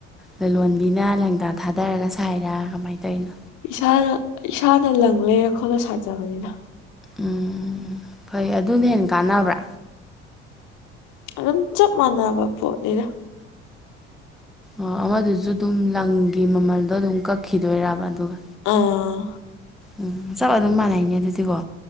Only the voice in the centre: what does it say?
ꯂꯂꯣꯟꯕꯤꯅ ꯂꯪꯗꯥ ꯊꯥꯗꯔꯒ ꯁꯥꯏꯔꯥ ꯀꯃꯥꯏꯅ ꯇꯧꯔꯤꯅꯣ
ꯎꯝ ꯐꯩ ꯑꯗꯨꯅ ꯍꯦꯟꯅ ꯀꯥꯟꯅꯕ꯭ꯔꯥ
ꯑꯣ ꯑꯃꯗꯨꯁꯨ ꯑꯗꯨꯝ ꯂꯪꯒꯤ ꯃꯃꯜꯗꯣ ꯑꯗꯨꯝ ꯀꯛꯈꯤꯗꯣꯏꯔꯕ ꯑꯗꯨꯒ
ꯎꯝ ꯆꯞ ꯑꯗꯨꯝ ꯃꯥꯟꯅꯩꯅꯦ ꯑꯗꯨꯗꯤꯀꯣ